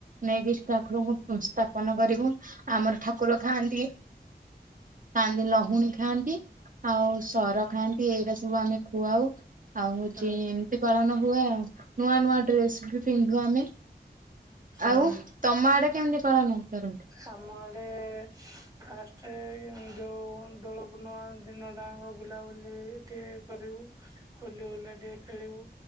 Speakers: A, on the right (about 50°); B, on the right (about 20°).
A: ନେଇକି ଠାକୁରଙ୍କୁ ପୂଜ ସ୍ଥାପନ କରିବୁ ଆମର ଠାକୁର ଖାଆନ୍ତି ପାନ୍ତି ଲହୁଣୀ ଖାଆନ୍ତି। ଆଉ ସର ଖାଆନ୍ତି ଏଇଟା ସବୁ ଆମେ ଖୁଆଉ ଆଉ ହଉଛି
B: ହୁଁ
A: ଏ ପାଳନ ହୁଏ ଆଉ ନୂଆ ନୂଆ ଡ୍ରେସ ବି ପିନ୍ଧୁ ଆମେ
B: ହୁଁ।
A: ଆଉ ତମ ଆଡେ କେମିତି ପାଳନ କରନ୍ତି?
B: ଆମଆଡେ ଏ ଫାଷ୍ଟ ଯଉ ଦୋଳ ପୂର୍ଣ୍ଣିମା ଦିନଟାଆଙ୍କ ବୁଲାବୁଲି ଟେ କରିବୁ ହୋଲି ହୁଲା ଟିକେ ଖେଳିବୁ।